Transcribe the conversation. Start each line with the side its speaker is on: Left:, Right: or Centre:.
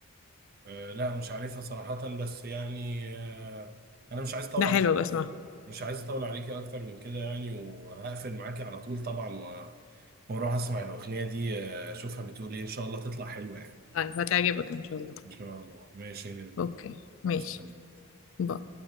Right: آه، لا مش عارفها صراحه بس يعني آه، انا مش عايز اطول
Left: ده حلو
Right: عليك
Left: بسمعها
Right: مش عايز اطول عليكي اكتر من كده يعني وهقفل معاكي على طول طبعا و- واروح اسمع الاغنيه دي آه، اشوفها بتقول ايه ان شاء الله تطلع حلوه يعني
Left: طيب هتعجبك إن شاء الله
Right: إن شاء الله ماشي يا نرمين
Left: أوكي
Right: مع
Left: ماشي
Right: السلامة
Left: باي